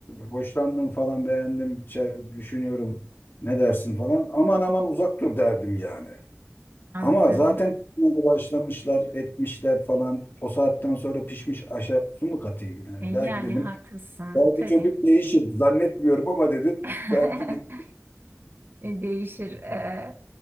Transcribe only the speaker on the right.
Anlıyorum.
E, yani
haklısın
tabii.
<laughs>
E, Değişir. E,